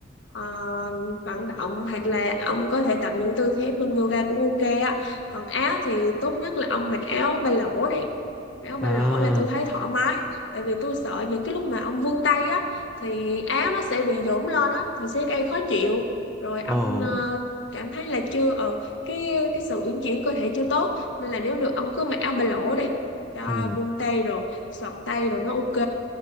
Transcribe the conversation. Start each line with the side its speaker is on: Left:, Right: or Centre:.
Left: ờ, vận động hoặc là ông có thể tập những tư thế bên yoga cũng ok á còn áo thì tốt nhất là ông mặc áo ba lỗ đi áo ba
Centre: à
Left: lỗ là tôi thấy thoải mái tại vì tôi sợ những cái lúc mà ông vươn tay á thì áo nó sẽ bị nhũn lên á thì sẽ gây khó chịu rồi ông
Centre: ồ
Left: ờ, cảm thấy là chưa ờ cái cái sự uyển chuyển cơ thể chưa tốt nên là nếu được ông cứ mặc áo ba lỗ đi cho
Centre: ừ
Left: vuông tay rồi xọt tay rồi nó ok